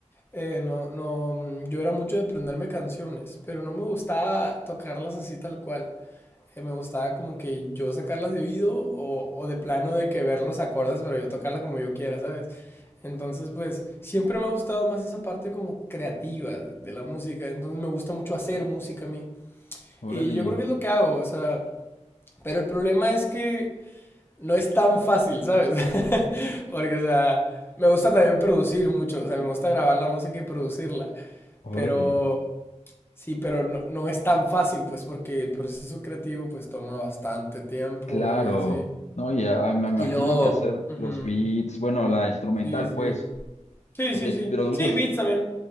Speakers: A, on the left; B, on the left.
A: eh, no, no, mm, yo era mucho de aprenderme canciones, pero no me gustaba tocarlas así tal cual eh, me gustaba como que yo sacarlas de oído o, o de plano de que ver los acordes, pero yo tocarla como yo quiera, ¿sabes? Entonces, pues siempre me ha gustado más esa parte como creativa de la música. Entonces me gusta mucho hacer música a mí.
B: Órale,
A: Y yo creo que es lo que hago, o sea, pero el problema es que no es tan fácil, ¿sabes? <laughs> Porque, o sea, me gusta también producir mucho, o sea, me gusta grabar la música y producirla.
B: órale.
A: Pero Sí, pero no, no es tan fácil, pues, porque el proceso creativo, pues, toma bastante tiempo
B: Claro.
A: y así.
B: No, ya me imagino
A: Y luego...
B: que hacer
A: ujú,
B: los beats, bueno, la instrumental,
A: Sí, sí.
B: pues.
A: Sí,
B: O
A: sí,
B: sea,
A: sí.
B: pero usas,
A: Sí, Beats también.